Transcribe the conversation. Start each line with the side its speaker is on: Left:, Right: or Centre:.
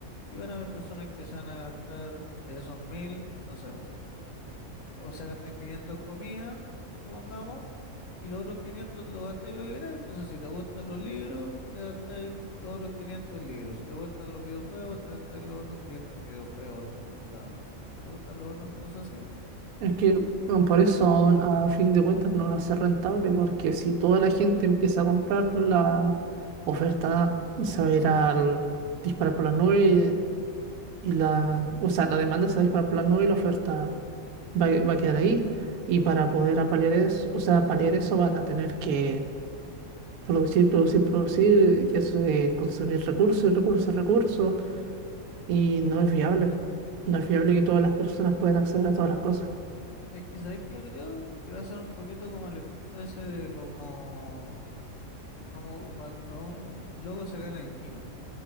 Left: Y van a haber personas que se van a gastar de esos mil, no sé. O sea, gastas 500 en comida, supongamos, y los otros 500 lo gastáis lo que queráis. Entonces, si te gustan los libros, te gastáis los otros 500 en libros. Si te gustan los videojuegos, te gastáis los otros 500 en videojuegos, en un computador. Si te gustan los otros, entonces sí.
Right: Es que bueno, por eso aún a fin de cuentas no va a ser rentable, porque si toda la gente empieza a comprarlo, la oferta se va a ir al disparar por las nubes y la, o sea, la demanda se va a disparar por las nubes y la oferta va, va a quedar ahí. Y para poder apalear eso, o sea, paliar eso van a tener que producir, producir, producir, y eso es consumir recursos recursos, recursos, y no es viable. No es viable que todas las personas puedan acceder a todas las cosas.
Left: Es que sabéis que yo creo que va a ser un poquito como el efecto ese de como, como cuando un loco se gana el Kino,